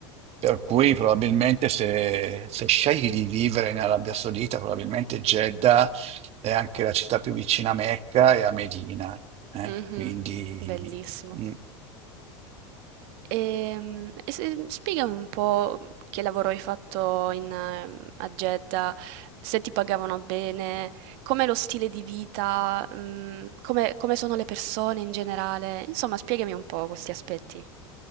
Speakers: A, on the right; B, on the right.
A: Per cui probabilmente se, se scegli di vivere in Arabia Saudita, probabilmente Jeddah è anche la città più vicina a Mecca e a Medina. eh?
B: Mh-mh.
A: Quindi,
B: Bellissimo.
A: mm.
B: Ehm, e se spiegami un po' che lavoro hai fatto in ehm, a Jeddah, se ti pagavano bene, com'è lo stile di vita, mhmm, come come sono le persone in generale. Insomma, spiegami un po' questi aspetti.